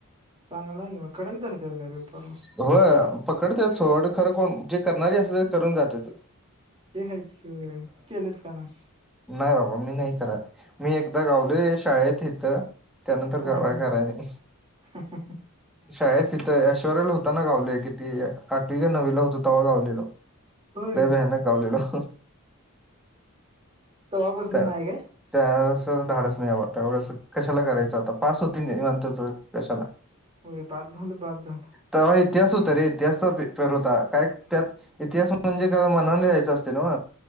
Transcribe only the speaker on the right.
चांगला आहे की मग, कडक धरत्यात काय पेपरला?
ते हायच की मग, तू केलंस का नाय?
हा
हा
<inaudible>
होय
तवा पासन
नाई काय?
होय पास झालं, बास झालं.